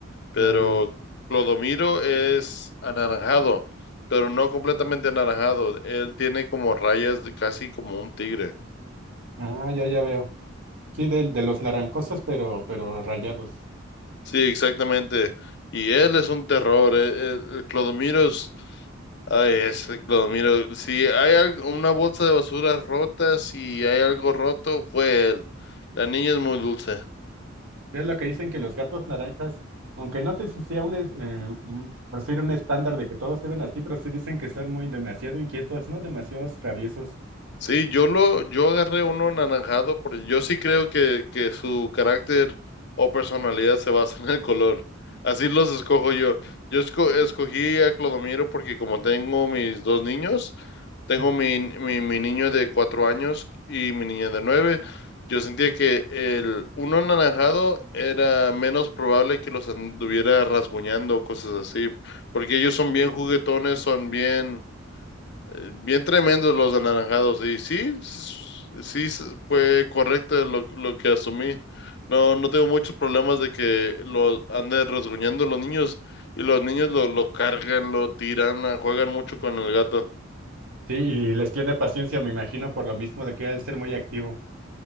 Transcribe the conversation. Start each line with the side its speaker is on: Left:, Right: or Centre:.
Left: pero
Right: Ya, ya
Left: Clodomiro es anaranjado, pero no completamente anaranjado, él tiene como rayas de casi como un tigre.
Right: Ah, ya, ya veo. Sí, del- de, los naranjosos, pero, pero rayados.
Left: Sí, exactamente. Y él es un terror. eh, El, el Clodomiro es, ay, ese Clodomiro. Si hay algo- una bolsa de basura rota, si hay algo roto, fue él. La niña es muy dulce.
Right: Que Es lo que dicen que los gatos naranjas, aunque no sé si sea un, es- eh, un, por decir un estándar de que todos deben así, pero sí dicen que son muy demasiado inquietos, ¿no? Demasiados traviesos.
Left: Sí, yo lo, yo agarré uno anaranjado, porque yo sí creo que, que su carácter o personalidad se basa en el color. Así los escojo yo. Yo esco- escogí a Clodomiro porque como tengo mis dos niños, tengo
Right: Sí.
Left: mi, mi, mi niño de cuatro años y mi niña de nueve, yo sentía que el uno anaranjado era menos probable que los anduviera rasguñando o cosas así, porque ellos son bien juguetones, son bien eh, Bien tremendos los anaranjados. Y sí, s- sí s- fue correcto lo, lo que asumí. No, no tengo muchos problemas de que lo anden rasguñando los niños y los niños lo, lo cargan, lo tiran, ah, juegan mucho con el gato.
Right: Sí, y les tiene paciencia, me imagino, por lo mismo de que ha de ser muy activo.